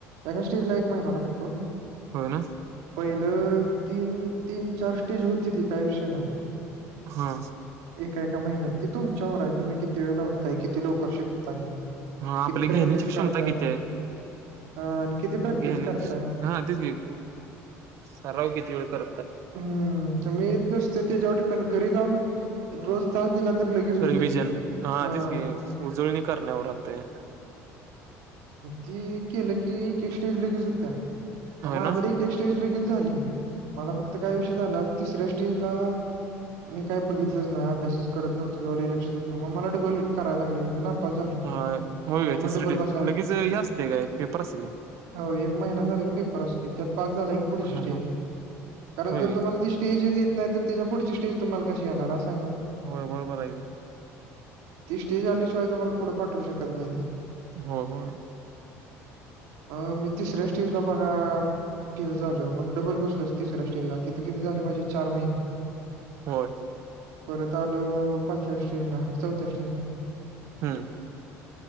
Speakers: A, on the right (about 85°); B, on the right (about 55°).
A: एका स्टेजला एक महिना लागतो.
B: होय ना.
A: पहिलं तीन, तीन चार स्टेज हुत्याती काय विषय नाय
B: हा.
A: एका एका महिन्यात ती तुमच्यावर हाय, तुम्ही किती वेळा लावताय किती लवकर शिकताय
B: हा आपल
A: किती
B: घेण्याची
A: प्रॅक्टिस
B: क्षमता
A: करताय
B: किती हाय
A: अ, आणि किती प्रॅक्टिस
B: घेण्याक्स
A: करताय
B: हा तेच की साराव किती वेळ कर
A: हम्म तुमी नुसत तेज्याव डिपेंड घरी जाऊन रोज तास दिला तर लगेच होतय,
B: रिव्हजन
A: हा
B: तेच की उजळणी करण्यावर राहतय
A: ती केलं की एक एक स्टेज लगेच हुत्या, अ
B: होय
A: माझ
B: ना
A: एक एक स्टेज लगेच झाली, मला फक्त काय विषय झाला? तिसऱ्या स्टेजला मी काय बघितलंच नाही अभ्यासच करत नव्हतो किंवा लय लक्ष देत नव्हतो मग मला डबल कराय लागली मी ना नापास झालो
B: होय होय
A: म
B: काय तिसरी
A: म डबल ब
B: लगेच हे असतय काय, पेपर असत्यात काय?
A: होय एक महिना झाला की पेपर असतोय, त्यात पास झाल की पुढची
B: काय हा
A: स्टेजला
B: हा
A: कारण
B: होय
A: जर
B: काय
A: तुम्हाला ती स् स्टेजच येत नाही तर त्याच्या पुढची स्टेज तुम्हाला कशी येणार अस हाय ना
B: व्हय बरोबर हाय की.
A: ती स्टेज आल्याशिवाय तुम्हाला पुढ पाठवू शकत नाहीती
B: होय होय.
A: अ मी तिसऱ्या स्टेजला बघा फेल झालो मग डबल बसलो तिसऱ्या स्टेज ला तिथं किती झाले माझे चार महिने
B: होय.
A: परत आलो पाचव्या स्टेजला, चौथ्या स्टेजला
B: हम्.